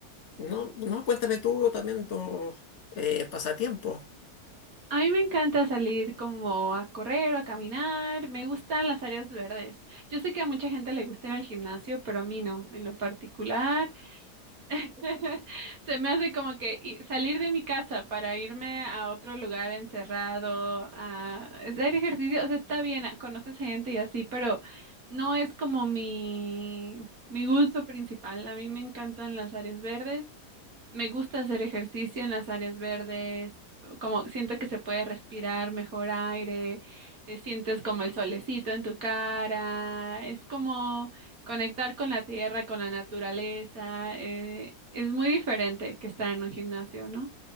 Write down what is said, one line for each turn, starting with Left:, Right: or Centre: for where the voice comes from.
Left: No, no, cuéntame tú también tus eh, pasatiempos.
Right: A mí me encanta salir como a correr o a caminar, me gustan las áreas verdes. Yo sé que a mucha gente le gusta ir al gimnasio, pero a mí no, en lo particular. <laughs> Se me hace como que i- salir de mi casa para irme a otro lugar encerrado, a hacer ejercicio, o sea, está bien, a- conoces gente y así, pero no es como mi, mi gusto principal. A mí me encantan las áreas verdes me gusta hacer ejercicio en las áreas verdes, como siento que se puede respirar mejor aire, eh, sientes como el solecito en tu cara, es como conectar con la tierra, con la naturaleza, eh, es muy diferente que estar en un gimnasio, ¿no?